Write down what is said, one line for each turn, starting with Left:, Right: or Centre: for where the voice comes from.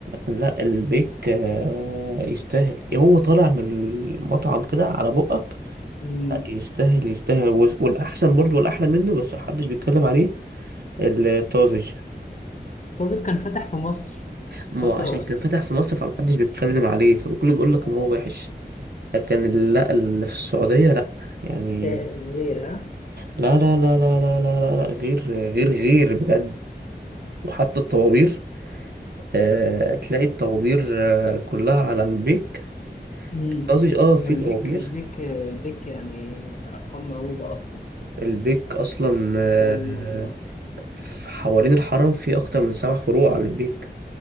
Right: لا البيك آه، يستاهل إيه، هو طالع من المطعم كده على بقك
Left: أمم.
Right: لا، يستاهل يستاهل والأحسن برضه والأحلى منه بس محدش بيتكلم عليه الطازج
Left: قصدي كان فتح في مصر
Right: ما
Left: فترة
Right: هو عشان
Left: وقفل
Right: كان فتح في مصر فمحدش بيتكلم عليه فكله بيقول لك
Left: اه
Right: ان هو وحش لكن ال- لا اللي في السعودية لا يعني
Left: آه، غير ها
Right: لا لا لا لا لا لا لا, لا غير غير
Left: أمم.
Right: غير بجد وحتى الطوابير آه تلاقي الطوابير آه كلها على البيك
Left: أمم.
Right: قصدي اه في
Left: البيك
Right: طوابير
Left: البيك البيك يعني أرقام مهولة أصلا
Right: البيك اصلا آه
Left: <laughs>
Right: في حوالين الحرم في اكتر من سبع فروع على البيك